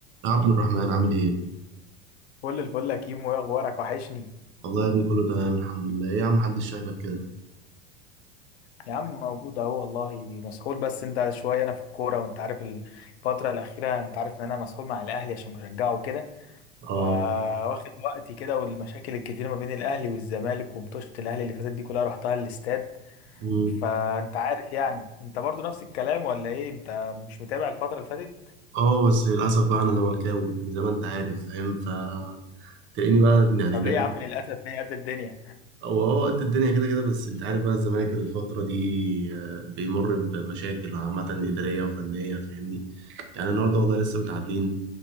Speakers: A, on the right (about 40°); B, on the left (about 80°).
A: يا عبد الرحمن عامل ايه؟
B: كل الفل يا كيمو ايه اخبارك وحشني
A: والله يا ابني كله تمام الحمد لله، ايه يا عم محدش شايفك كده؟
B: يا عم موجود اهو والله مسحول بس انت شويه انا في الكوره وانت عارف الفتره الاخيره انت عارف ان انا مسحول مع الاهلي عشان بشجعه كده
A: اه
B: فواخد وقتي كده والمشاكل الكتير ما بين الاهلي والزمالك ومطوشه الاهلي اللي فاتت دي كلها رحتها الاستاد
A: مم.
B: فانت عارف يعني انت برضو نفس الكلام ولا ايه انت مش متابع الفتره اللي فاتت
A: اه بس للأسف بقى أنا زملكاوي زي ما أنت عارف فاهم ف تلاقيني بقى يعني
B: طب
A: دايما
B: ليه يا عم للاسف ليه قد الدنيا
A: هو هو قد الدنيا كده كده بس أنت عارف بقى الزمالك الفترة دي آه، بيمر بمشاكل عامة إدارية وفنية فاهمني؟ يعني النهاردة والله لسه متعادلين